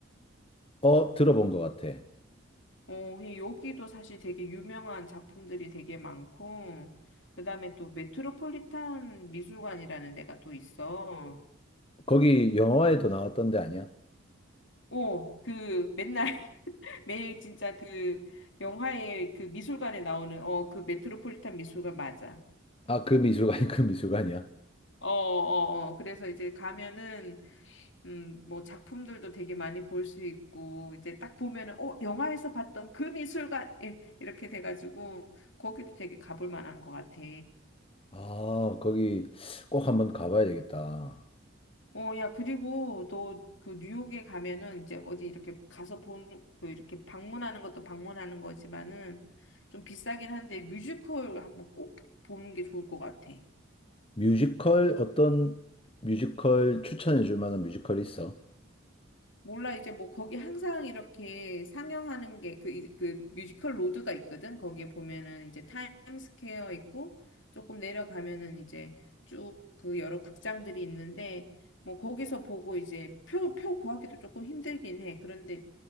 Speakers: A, on the left; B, on the left.
A: 어, 들어본 것 같아.
B: 어, 예, 여기도 사실 되게 유명한 작품들이 되게 많고, 그 다음에 또 메트로폴리탄 미술관이라는 데가 또 있어.
A: 거기 영화에도 나왔던 데 아니야?
B: 오, 그 맨날 <laughs> 매일 진짜 그 영화의 그 미술관에 나오는 어, 그 메트로폴리탄 미술관 맞아.
A: 아, 그 미술관이 <laughs> 그 미술관이야?
B: 어, 어, 어. 그래서 이제 가면은, 음, 뭐 작품들도 되게 많이 볼 수 있고, 이제 딱 보면은, 어, 영화에서 봤던 그 미술관! 예, 이렇게 돼가지고, 거기도 되게 가볼 만한 것 같아.
A: 아, 거기 꼭 한번 가봐야 되겠다.
B: 어, 야, 그리고 또 그 뉴욕에 가면은 이제 어디 이렇게 가서 본, 그 이렇게 방문하는 것도 방문하는 거지만은 좀 비싸긴 한데 뮤지컬 한번 꼭 보는 게 좋을 것 같아.
A: 뮤지컬 어떤 뮤지컬 추천해 줄 만한 뮤지컬 있어?
B: 몰라, 이제 뭐 거기 항상 이렇게 상영하는 게 그, 이- 그 뮤지컬 로드가 있거든. 거기에 보면은 이제 타임스퀘어 있고 조금 내려가면은 이제 쭉 그 여러 극장들이 있는데 뭐 거기서 보고 이제 표, 표 구하기도 조금 힘들긴 해. 그런데